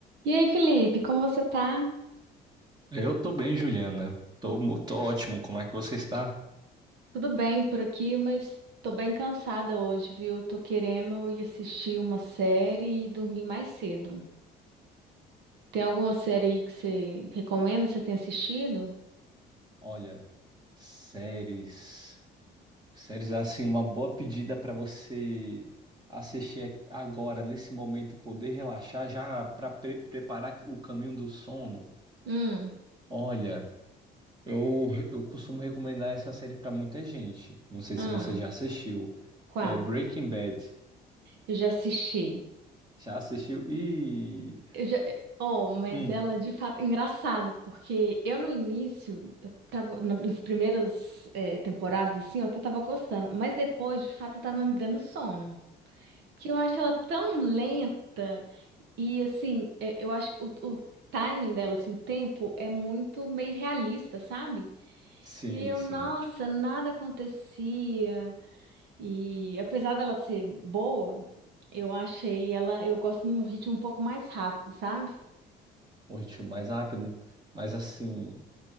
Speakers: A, on the right; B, on the right.
A: E aí, Felipe, como você tá?
B: Eu tô bem, Juliana. Tô, mu- tô ótimo. Como é que você está?
A: Tudo bem por aqui, mas tô bem cansada hoje, viu? Tô querendo ir assistir uma série e dormir mais cedo. Tem alguma série aí que você recomenda, você tem assistido?
B: Olha, séries. Séries é assim, uma boa pedida para você assistir agora, nesse momento, e poder relaxar, já para preparar o caminho do sono.
A: Hum,
B: Olha, eu, eu costumo recomendar essa série para muita gente. Não sei
A: ah,
B: se você já assistiu.
A: qual?
B: É Breaking Bad.
A: Eu já assisti.
B: Já assistiu? E.
A: Eu já... Oh, mas
B: Hum.
A: ela de fato é engraçado, porque eu no início, eu tava na- nas primeiras eh, temporadas assim, eu até tava gostando, mas depois de fato eu tava me dando sono. que eu acho ela tão lenta e assim, é- eu acho que o, o timing dela, assim, o tempo é muito meio realista, sabe?
B: Sim,
A: E aí eu,
B: sim.
A: nossa, nada acontecia. E apesar dela ser boa, eu achei ela, eu gosto de um ritmo um pouco mais rápido, sabe?
B: Um mais rápido, mas assim.